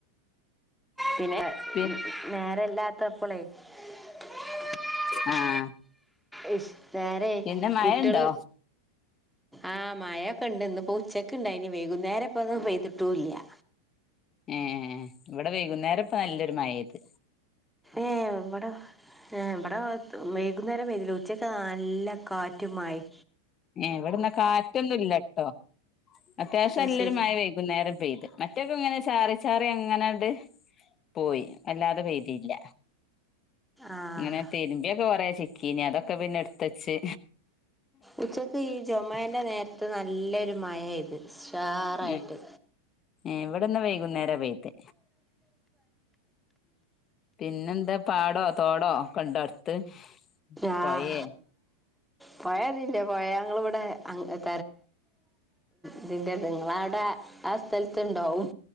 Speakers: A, in the centre; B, on the left (about 25°).
A: പിന്നെ
B: പി
A: നേരല്ലാത്തപ്പളേ <unintelligible>
B: ആഹ്
A: ഇശ് നേരെ
B: പിന്നെ മഴ
A: കുട്യള്
B: ഉണ്ടോ
A: ആഹ് മായൊക്കെണ്ട് ഇന്നിപ്പൊ ഉച്ചക്ക്ണ്ടായ്നി വൈകുന്നേരം ഇപ്പൊന്നും പെയ്തിട്ടൂല്യാ
B: ഏഹ്‌ ഇവടെ വൈകുന്നേരപ്പം നല്ലൊരു മയയ്ത്
A: ഏഹ്‌ ഇവടാ ഏഹ്‌ ഇവടാ വൈ കുന്നേരം പെയ്തില്ല ഉച്ചക്ക് നല്ല കാറ്റും മയിം
B: ഇവിടെന്നാ കാറ്റൊന്നുല്ല ട്ടോ അത്യാവശ്യം
A: അത്
B: നല്ലൊരു
A: ശരി
B: മഴ വെയ്കുന്നേരം പെയ്ത് മറ്റൊക്കൊങ്ങനെ ചാറി ചാറി അങ്ങനാണ്ട് പോയി അല്ലാതെ പെയ്തീല്ല,
A: ആഹ്
B: ഇങ്ങനെ തിര്മ്പിയൊക്കെ കൊറെ ചിക്കീനി അതൊക്ക് ക്കെ പിന്നെ എട്ത്ത് വെച്ച്
A: ഉച്ചക്ക് ഈ ജെമായ്ന്റെ നേരത്ത് നല്ലൊരു മഴ പെയ്ത് ഉഷാറായിട്ട്.
B: ഉം ഇവിടെന്ന് വെയ്കുന്നേരാ പെയ്തെ പിന്നെന്താ പാടോ തോടോ ഒക്കെണ്ടോ അടുത്ത്?
A: ആഹ്
B: പൊയേ
A: പൊയതി മറ്റേ പൊയ ഇങ്ങള ഇവടെ <unintelligible> <unintelligible> ഇതിന്റെത് ഇങ്ങളവ്ടെ ആ സ്ഥലത്ത്ണ്ടാവും